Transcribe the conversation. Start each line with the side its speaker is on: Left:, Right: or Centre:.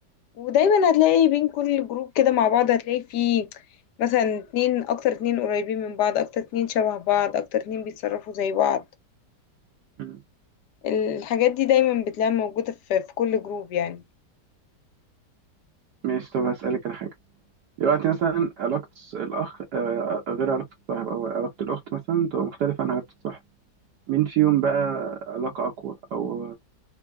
Left: ودايما هتلاقي بين كل جروب كده مع بعض هتلاقي فيه مثلا اتنين اكتر اتنين قريبين من بعض اكتر اتنين شبه بعض اكتر اتنين بيتصرفوا زي بعض
Right: واحد
Left: الحاجات دي دايما بتلاقيها موجودة في في كل جروب يعني
Right: ماشي طب هسألك على حاجة دلوقتي مثلا علاقة الأخ آه، غير علاقة الصاحب أو علاقة الأخت مثلا تبقى مختلفة عن علاقة الصاحب مين فيهم بقى علاقة أقوى أو